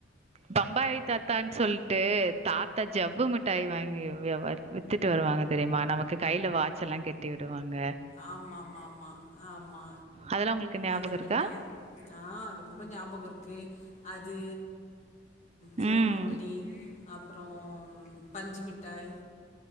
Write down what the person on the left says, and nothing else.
ஆமாமாமா ஆமா
அந்த மிட்டாய்
ஆ ரொம்ப ஞாபகோ இருக்கு அது சோன்
பப்படி அப்றோ பஞ்சு மிட்டாய்